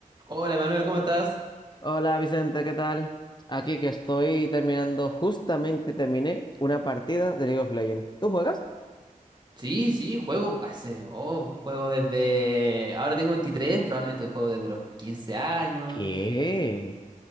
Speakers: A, on the right; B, on the left.
A: Hola Manuel, ¿cómo estás?
B: Hola Vicente, ¿qué tal? Aquí que estoy terminando, justamente terminé una partida de League of Legends. ¿Tú juegas?
A: Sí, sí, juego hace, oh, juego desde, ahora tengo 23, probablemente juego desde los 15 años,
B: ¿Qué?